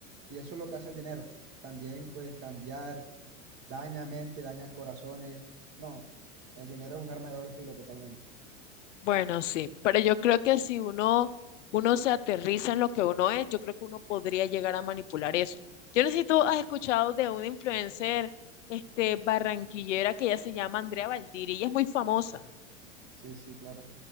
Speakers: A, on the right (about 45°); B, on the left (about 75°).
A: y, y eso es lo que hace el dinero. También pues cambiar, daña mente, daña corazones, no, el dinero es un arma de doble filo totalmente.
B: Bueno, sí, pero yo creo que si uno, uno se aterriza en lo que uno es, yo creo que uno podría llegar a manipular eso. Yo no sé si tú has escuchado de una influencer, este, barranquillera que ella se llama Andrea Valdiri, ella es muy famosa.
A: Sí, sí, claro.